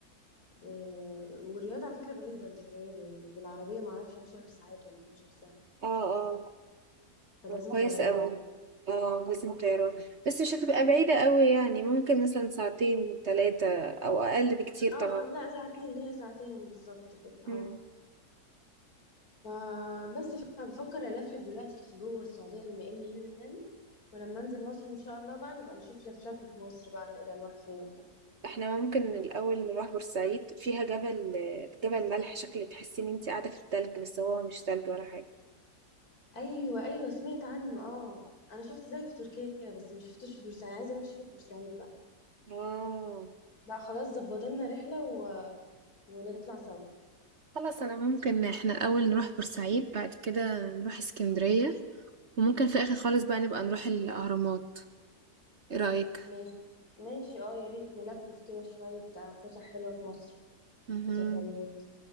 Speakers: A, on the left (about 65°); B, on the right (about 50°).
A: آه، والرياض على فكرة بعيدة مش قريبة يعني بالعربية معرفش 10 ساعات ولا 12 ساعة
B: اه آه.
A: فلازم
B: كويس
A: طيران
B: قوي اه لازم طيران بس مش هتبقى بعيدة قوي يعني ممكن مثلا ساعتين ثلاثة او اقل بكتير طبعا
A: اه آه، لا ساعتين هي ساعتين بالظبط كده اه
B: مم.
A: فبس بفكر الفلف دلوقتي في جوه السعوديه بما اني هنا يعني ولما انزل مصر ان شاء الله بقى نبقى نشوف لفلفه في مصر بقى نقدر نروح فين وكده
B: احنا ممكن الاول نروح بورسعيد فيها جبل جبل ملح شكل تحسي ان انت قاعدة في التلج بس هو مش تلج ولا حاجة
A: ايوه ايوه سمعت عنه اه انا شفت زيه في تركيا بس ما شفتوش في بورسعيد عايزه اروح اشوف البورسعيد بقى
B: اه
A: لا خلاص ظبط لنا رحله و... ونطلع سوا
B: خلاص انا ممكن احنا الاول نروح بورسعيد بعد كده نروح اسكندرية وممكن في اخر خالص بقى نبقى نروح الاهرامات ايه رأيك
A: ماشي ماشي اه يا ريت نلفلف كده شويه بتاع فسح حلوه في مصر
B: مهم.
A: وسفريات